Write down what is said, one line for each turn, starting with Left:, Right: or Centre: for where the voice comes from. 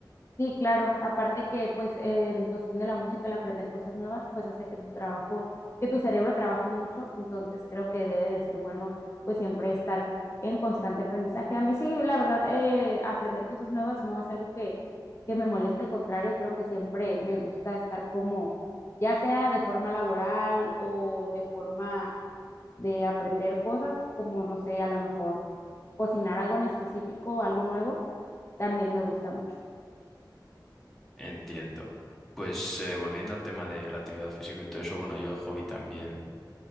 Left: Sí, claro. Aparte que, pues, eh, en cuestión de la música, el aprender cosas nuevas, pues hace que tu trabajo, que tu cerebro trabaje mucho. Entonces, creo que debe de ser bueno, pues, siempre estar en constante aprendizaje. A mí sí, la verdad, eh, aprender cosas nuevas no es algo que, que me moleste. Al contrario, creo que siempre me gusta estar como, ya sea de forma laboral o de forma de aprender cosas, como, no sé, a lo mejor cocinar algo en específico, algo nuevo, también me gusta mucho.
Centre: Entiendo. Pues eh, volviendo al tema de la actividad física y todo eso, bueno, yo de hobby también